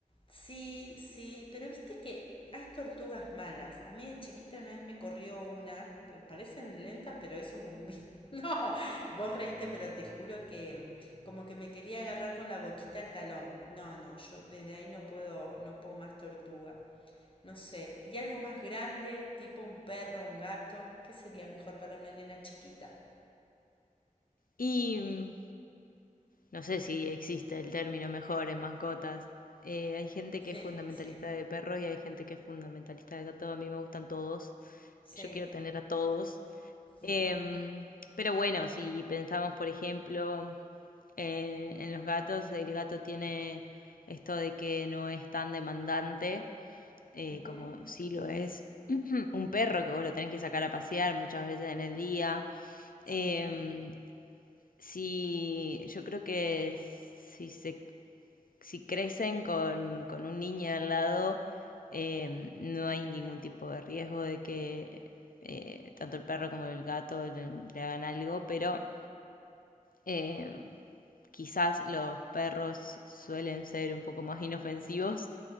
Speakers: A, on the left; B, on the left.
A: Sí, sí, pero viste que hay tortugas malas. A mí de chiquita una vez me corrió una. que Parecen lentas, pero eso es un... vi- <laughs> No, vos reíste, pero te juro que mm, como que me quería agarrar con la boquita al talón. No, no, yo desde ahí no puedo, no puedo más tortuga. No sé, y algo más grande, tipo un perro, un gato, ¿qué sería mejor para una nena chiquita?
B: Y mm, No sé si existe el término mejor en mascotas. Eh, hay gente
A: Sí,
B: que es fundamentalista
A: sí,
B: de perros y hay gente que es fundamentalista de gatos. A mí me gustan todos.
A: sí.
B: Yo quiero tener a todos.
A: mm,
B: Em, pero bueno, si pensamos, por ejemplo, eh, en los gatos, el gato tiene esto de que no es tan demandante, eh,
A: ujú,
B: como sí lo es <clears throat> un perro que vos lo tenés que sacar a pasear muchas veces en el día.
A: Sí,
B: Em, si yo creo que si se si crecen con, con un niño al lado, eh, no hay ningún tipo de riesgo de que eh, tanto el perro como el gato le, le hagan algo, pero eh, quizás los perros suelen ser un poco más inofensivos